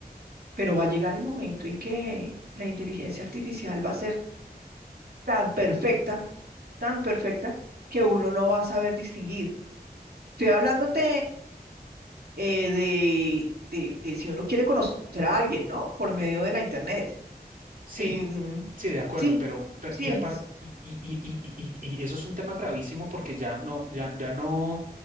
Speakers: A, on the right; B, on the right.
A: pero va a llegar el momento en que la inteligencia artificial va a ser tan perfecta, tan perfecta, que uno no va a saber distinguir. Estoy hablándote eh, de, de- de si uno quiere conocer a alguien, ¿no? Por medio de la internet.
B: Sí,
A: Em,
B: sí, de acuerdo,
A: sí,
B: pero, pero
A: sí
B: y
A: es.
B: aparte, y, y, y, y, y- y- y eso es un tema gravísimo porque ya no, ya, ya no.